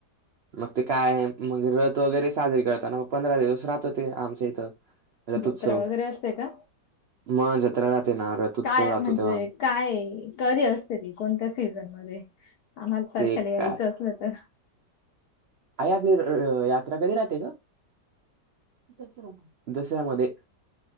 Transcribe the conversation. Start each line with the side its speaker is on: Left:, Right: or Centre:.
Right: मग ते काय आहे मग रथ वगैरे साजरी करताना मग पंधरा दिवस राहतो ते आमच्या इथं. रथोत्सव.
Left: जत्रा वगैरे असते का
Right: मग जत्रा राहते ना रथोत्सव
Left: काय
Right: राहतो
Left: म्हणजे
Right: तेव्हा.
Left: काय? कधी असते ती? कोणत्या सीझन मध्ये? आम्हाला सारख्याला
Right: ते
Left: यायचं
Right: काय
Left: असलं तर?
Right: आई आपली यात्रा कधी राहते ग? दसरा. दसऱ्यामध्ये.